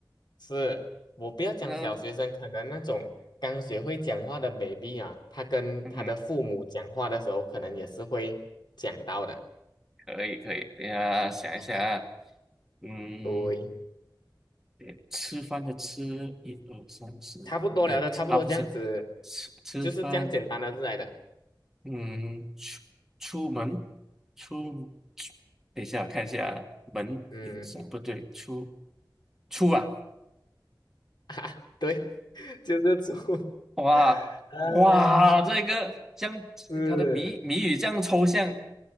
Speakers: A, on the left (about 65°); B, in the centre.
A: 是，我不要讲小学生，
B: 嗯、
A: 可能那种刚学会讲话的 baby 啊，他跟他的父母讲话的时候，
B: 嗯哼。
A: 可能也是会讲到的。
B: 可以可以，等一下想一下啊，
A: 哦
B: 嗯，
A: 对，
B: 对吃饭的吃，一二三四五六七啊，
A: 差不多聊的差不多这样子，
B: 不是吃吃饭，
A: 就是这样简单的字来的。
B: 嗯，出出门出，出等一下我看一下啊，门也算不对，
A: 嗯，
B: 出出啊，
A: <laughs> 啊，对，<laughs> 就是猪。
B: 哇哇，
A: <laughs> 啊，
B: 这个这样它的谜谜语这样抽象，
A: 是，